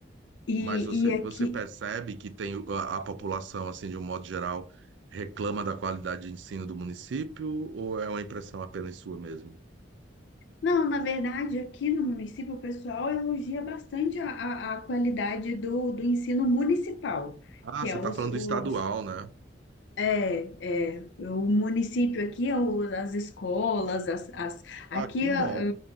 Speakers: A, on the left (about 70°); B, on the right (about 70°).
A: E,
B: Mas você,
A: e
B: você
A: aqui,
B: percebe que tem a, a população, assim, de um modo geral, reclama da qualidade de ensino do município, ou é uma impressão apenas sua mesmo?
A: não, na verdade, aqui no município, o pessoal elogia bastante a, a, a qualidade do, do ensino municipal,
B: Ah,
A: que
B: você
A: é
B: está
A: os,
B: falando
A: os
B: do estadual, né?
A: É, é, o município aqui, é o- as escolas, as, as- aqui
B: Ah, que bom.
A: ah,